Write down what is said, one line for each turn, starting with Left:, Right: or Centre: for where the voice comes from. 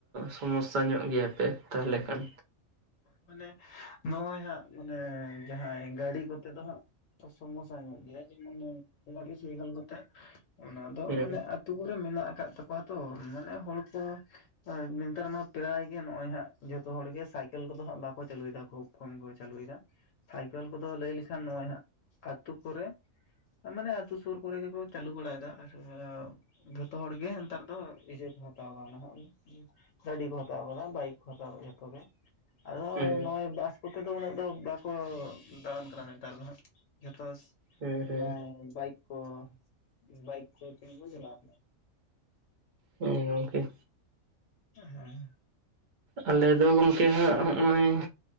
Right: ᱥᱚᱢᱚᱥᱟ ᱧᱚᱜ ᱜᱮᱭᱟ‌ᱯᱮ᱾ ᱛᱟᱦᱚᱞᱮ ᱠᱷᱟᱱ
Left: ᱢᱟᱱᱮ ᱱᱚᱜᱼᱚᱭ ᱦᱟᱸᱜ ᱢᱟᱱᱮ ᱡᱟᱦᱟᱸᱭ ᱜᱟᱹᱰᱤ ᱠᱚᱛᱮ ᱫᱚ ᱦᱟᱸᱜ ᱥᱚᱢᱚᱥᱟ ᱧᱚᱜ ᱜᱮᱭᱟ ᱡᱮᱢᱚᱱ ᱚᱱᱟ ᱠᱤᱪᱷᱩ ᱠᱟᱛᱮ ᱚᱱᱟ ᱫᱚ
Right: ᱦᱮᱸ
Left: ᱢᱟᱱᱮ ᱟᱛᱳ ᱠᱚᱨᱮ ᱢᱮᱱᱟᱜ ᱟᱠᱟᱫ ᱛᱟᱠᱚᱣᱟ ᱛᱚ ᱢᱟᱱᱮ ᱦᱚᱲ ᱠᱚ ᱱᱮᱛᱟᱨ ᱢᱟ ᱯᱨᱟᱭ ᱜᱮ ᱱᱚᱜᱼᱚᱭ ᱦᱟᱸᱜ ᱡᱷᱚᱛᱚ ᱦᱚᱲᱜᱮ ᱥᱟᱭᱠᱮᱞ ᱠᱷᱮᱞ ᱠᱚᱫᱚ ᱦᱟᱸᱜ ᱵᱟᱠᱚ ᱪᱟᱹᱞᱩᱭᱮᱫᱟ ᱠᱷᱩᱵ ᱠᱚᱢ ᱜᱮ ᱪᱟᱹᱞᱩᱭᱮᱫᱟ ᱥᱟᱭᱠᱮᱞ ᱠᱚᱫᱚ ᱞᱟᱹᱭ ᱞᱮᱠᱷᱟᱱ ᱱᱚᱜᱼᱚᱭ ᱟᱛᱳ ᱠᱚᱨᱮ ᱢᱟᱱᱮ ᱟᱛᱳ ᱥᱩᱨ ᱠᱚᱨᱮ ᱜᱮᱠᱚ ᱪᱟᱹᱞᱩ ᱵᱟᱲᱟᱭᱮᱫᱟ ᱟᱨ ᱡᱷᱚᱛᱚ ᱦᱚᱲᱜᱮ ᱱᱮᱛᱟᱨ ᱫᱚ ᱤᱭᱟᱹ ᱠᱚ ᱦᱟᱛᱟᱣ ᱠᱟᱣᱱᱟ ᱜᱟᱹᱰᱤ ᱠᱚ ᱦᱟᱛᱟᱣ ᱠᱟᱫᱟ ᱵᱟᱭᱤᱠ ᱠᱚ ᱦᱟᱛᱟᱣ ᱠᱟᱫᱟ ᱡᱷᱚᱛᱚ ᱜᱮ ᱟᱫᱚ
Right: ᱦᱮᱸ
Left: ᱱᱚᱜᱼᱚᱭ ᱵᱟᱥ ᱠᱚᱛᱮ ᱫᱚ ᱩᱱᱟᱹᱜ ᱫᱚ ᱵᱟᱠᱚ ᱫᱟᱬᱟᱱ ᱠᱟᱱᱟ ᱱᱮᱛᱟᱨ ᱫᱚ ᱦᱟᱸᱜ ᱡᱷᱚᱛᱚ
Right: ᱦᱮᱸ ᱦᱮᱸ
Left: ᱱᱚᱭᱟ ᱵᱟᱭᱤᱠ ᱠᱚ ᱵᱟᱭᱤᱠ ᱠᱚ ᱵᱚᱱ ᱪᱟᱞᱟᱣ
Right: ᱦᱮᱸ ᱜᱚᱝᱠᱮ
Left: ᱦᱮᱸ
Right: ᱟᱞᱮ ᱫᱚ ᱜᱚᱝᱠᱮ ᱦᱟᱸᱜ ᱱᱚᱜᱼᱚᱭ